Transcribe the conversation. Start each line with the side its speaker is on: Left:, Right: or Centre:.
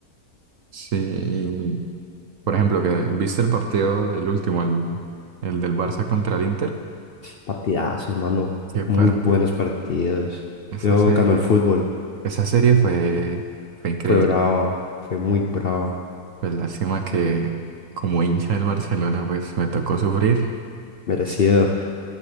Right: Sí, y, por ejemplo, que viste el partido, el último, el, el del Barça contra el Inter.
Left: Partidazos, mano.
Right: ¿Qué
Left: Muy
Right: parte?
Left: buenos partidos.
Right: Eso
Left: Yo
Right: se...
Left: ganó el fútbol.
Right: Esa serie fue, fue increíble.
Left: Fue brava, fue muy brava.
Right: Pues lástima que como hincha del Barcelona, pues me tocó sufrir,
Left: Merecido.